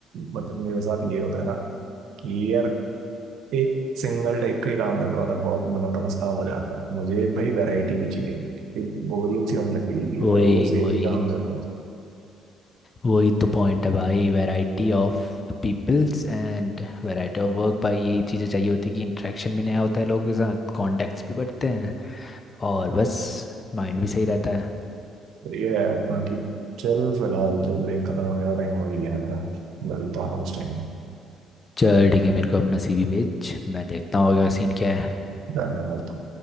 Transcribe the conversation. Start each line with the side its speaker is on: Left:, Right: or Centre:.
Right: मतलब मेरे साथ ये होता है ना कि यार एक सिंगल टाइप का ही काम मिल रहा था बहुत मोनोटोनस काम हो जाता है मुझे भाई वैरायटी भी चाहिए क्योंकि बोरियत सी होने लग गई और
Left: वही
Right: रोज
Left: वही
Right: एक ही काम करता हूँ
Left: वही तो पॉइंट है भाई variety of peoples and variety of work भाई यही चीज़ें चाहिए होती है कि इंटरेक्शन भी नया होता है लोगों के साथ कॉन्टेक्ट्स भी बढ़ते हैं और बस माइंड भी सही रहता है
Right: तो ये है बाकी चल फिलहाल तो ब्रेक खत्म होने का टाइम हो ही गया मेरा मिलता हूँ उस टाइम
Left: चल ठीक है मेरे को अपना सीवी भेज मैं देखता हूँ अगला सीन क्या है
Right: धन्यवाद